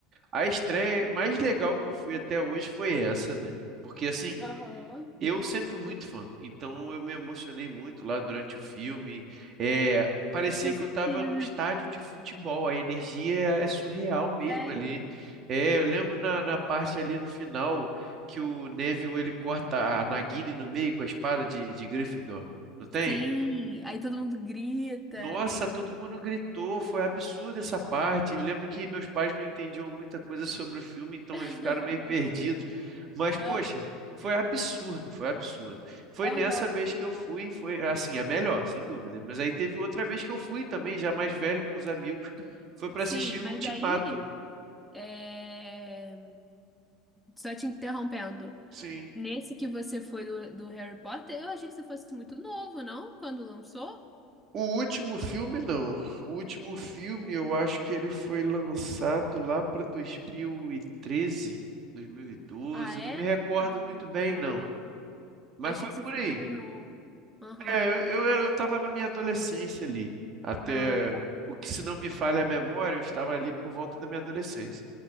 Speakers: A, on the right; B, in the centre.
A: a estreia mais legal que eu fui até hoje foi essa, né? Porque, assim,
B: Aham.
A: eu sempre fui muito fã, então eu me emocionei muito lá durante o filme. É, parecia
B: Com
A: que
B: certeza.
A: eu estava num estádio de futebol, a energia é é surreal mesmo
B: Sério?
A: ali. É, eu lembro na, na parte ali no final que o Neville ele corta a Nagini no meio com a espada de, de Gryffindor, não tem?
B: Sim, aí todo mundo grita.
A: Nossa, todo mundo gritou, foi absurda essa parte. Eu lembro que meus pais não entendiam muita coisa sobre o filme, então
B: <laughs>
A: eles ficaram meio perdidos. Mas, poxa,
B: Aham.
A: foi absurdo, foi absurdo. Foi
B: Aham.
A: nessa vez que eu fui, foi assim, a melhor, sem dúvida. Mas aí teve outra vez que eu fui também, já mais velho, com os amigos, foi para
B: Sim,
A: assistir
B: mas
A: o Ultimato.
B: aí, é, só te interrompendo,
A: Sim.
B: nesse que você foi do, do Harry Potter, eu achei que você fosse muito novo, não? Quando lançou?
A: O último filme, não. O último filme, eu acho que ele foi lançado lá para 2013, 2012.
B: Ah, é?
A: eu Não me recordo
B: Ah,
A: muito bem,
B: tá.
A: não. Mas
B: Achei
A: foi
B: que você
A: por
B: fosse
A: aí.
B: mais novo. Aham.
A: É, eu, eu, era- eu estava na minha adolescência ali. Até
B: Ah, tá.
A: o que, se não me falha a memória, eu estava ali por volta da minha adolescência.